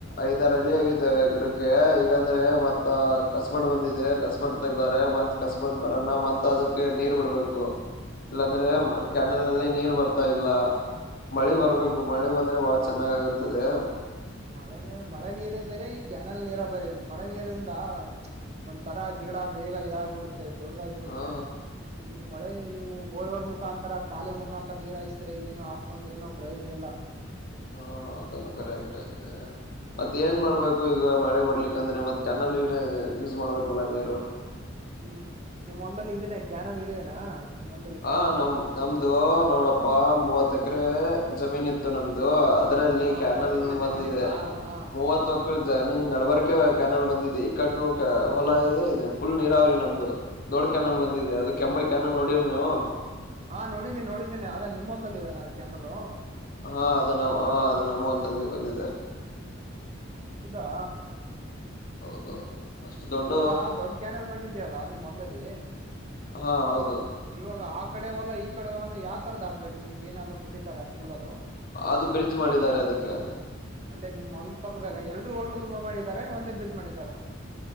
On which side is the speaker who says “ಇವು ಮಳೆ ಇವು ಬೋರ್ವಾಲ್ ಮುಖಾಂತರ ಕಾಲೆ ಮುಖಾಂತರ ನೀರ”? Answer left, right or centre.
Right